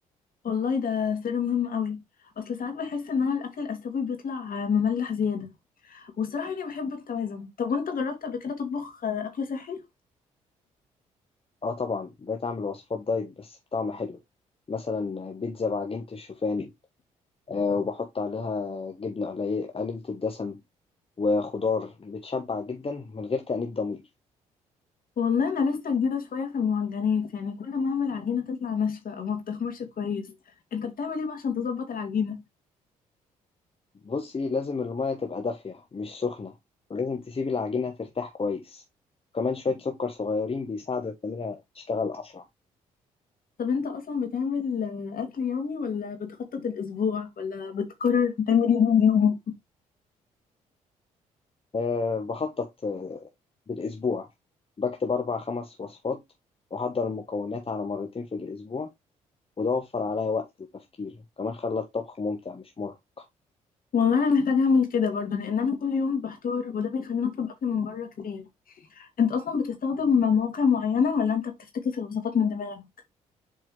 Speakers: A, on the left; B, on the left.
A: والله ده سر مهم قوي أصل ساعات بحس إن أنا الأكل الآسيوي بيطلع مملح زيادة والصراحة يعني بحب التوازن طب وأنت جربت قبل كده تطبخ أكل صحي؟
B: اه طبعا بقيت أعمل وصفات دايت بس بطعم حلو مثلا بيتزا بعجينة الشوفان آه، وبحط عليها جبنة قليلة قليلة الدسم وخضار بتشبع جدا من غير تأنيب ضمير
A: والله انا لسه جديده شويه في المعجنات يعني كل ما اعمل عجينه تطلع ناشفه او ما بتخمرش كويس انت بتعمل ايه بقى عشان تظبط العجينه
B: بصي لازم المية تبقى دافية مش سخنة ولازم تسيبي العجينة ترتاح كويس وكمان شوية سكر صغيرين بيساعدوا التمرة تشتغل أسرع
A: طب انت اصلا بتعمل آه، اكل يومي ولا بتخطط الاسبوع ولا بتقرر بتعمل ايه يوم بيوم
B: أه بخطط آه، بالأسبوع بكتب أربع خمس وصفات وأحضر المكونات على مرتين في الأسبوع وده وفر عليا وقت وتفكير وكمان خلى الطبخ ممتع مش مرهق
A: والله انا محتاجه اعمل كده برضه لان انا كل يوم بحتار وده بيخليني اطلب اكل من بره كتير انت اصلا بتستخدم مواقع معينه ولا انت بتفتكس الوصفات من دماغك